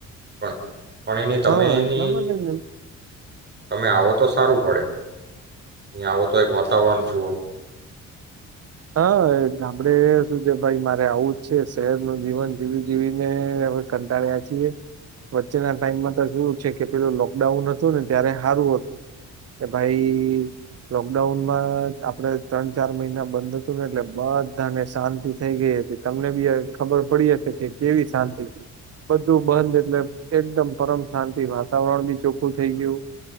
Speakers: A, on the right; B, on the right.
A: પણ પણ એની તમે
B: હા
A: એની
B: એટલા માટેજ ને.
A: તમે આવો તો સારું પડે. અહીંયા આવો તો એક વાતાવરણ જુઓ.
B: હા એ ગામડે શું છે ભાઈ મારે આવું જ છે, શહેરનું જીવન જીવી જીવીને હવે કંટાળ્યા છીએ, વચ્ચેના ટાઈમમાં તો કેવુ છે કે પેલું લોકડાઉન હતું ને ત્યારે હારુ હતું. કે ભાઈ લોકડાઉનમાં આપણે ત્રણ ચાર મહિના બંધ હતું ને એટલે બધાને શાંતિ થઈ ગઈ હતી. તમને બી હ ખબર પડી હશે કે કેવી શાંતિ, બધું બંધ એટલે એકદમ પરમ શાંતિ વાતાવરણ બી ચોખ્ખું થઈ ગયું